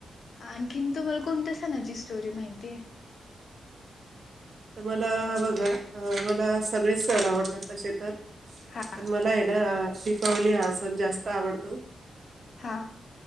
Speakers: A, on the left (about 60°); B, on the right (about 55°).
A: आणखीन तुम्हाला कोणत सणाझी स्टोरी माहितीय
B: तर मला बघा मला सगळे सण आवडतात तसे तर
A: हा
B: पण मला आहे ना दीपावली हा सण जास्त आवडतो
A: हा